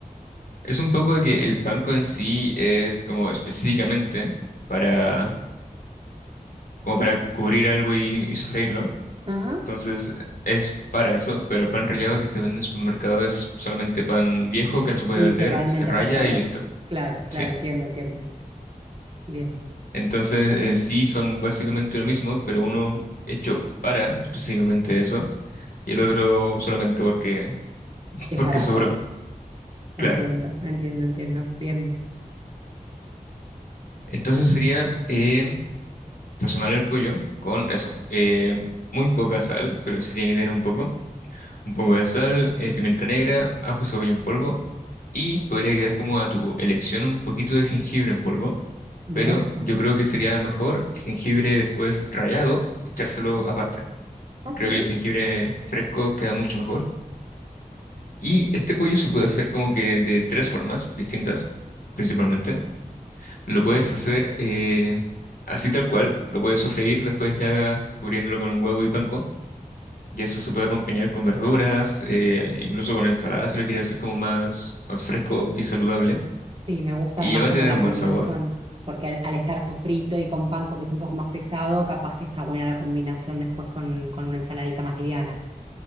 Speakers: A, on the left; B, on the right.
A: Es un poco de que el panko en sí es como específicamente para, como para cubrir algo y, y sofreírlo.
B: Ajá.
A: Entonces es para eso, pero el pan rallado que se vende en supermercado es solamente pan viejo que no se puede
B: Literalmente
A: vender, se raya
B: rallado.
A: y listo.
B: Claro,
A: Sí.
B: claro, entiendo, entiendo. Bien,
A: Entonces en sí son básicamente lo mismo, pero uno hecho para específicamente eso y el otro solamente porque,
B: es
A: porque
B: barato.
A: sobró,
B: Entiendo,
A: claro.
B: entiendo, entiendo. Bien,
A: Entonces sería eh, sazonar el pollo con eso, eh, muy poca sal, pero sí tiene que tener un poco, un poco de sal, eh, pimienta negra, ajo y cebolla en polvo, y podría quedar como a tu elección un poquito de jengibre en polvo,
B: me
A: pero
B: gusta.
A: yo creo que sería mejor el jengibre después rallado, echárselo aparte, porque
B: Ok.
A: creo que el jengibre fresco queda mucho mejor. Y este pollo se puede hacer como que de tres formas distintas principalmente. Lo puedes hacer eh, así tal cual, lo puedes sofreír, después ya cubriéndolo con un huevo y panko. Y eso se puede acompañar con verduras, eh, incluso con ensalada si lo quieres hacer como más, más fresco y saludable.
B: Sí, me gusta
A: Y
B: además
A: ya va a
B: como
A: tener
B: la
A: un
B: combinación,
A: buen sabor,
B: porque al, al estar sofrito y con panko que es un poco más pesado, capaz que está buena la combinación después con, con una ensaladita más liviana.